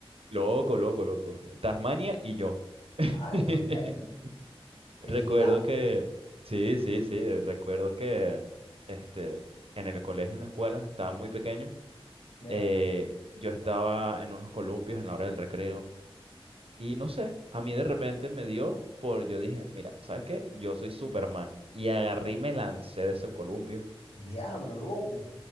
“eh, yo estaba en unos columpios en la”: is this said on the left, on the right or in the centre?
Right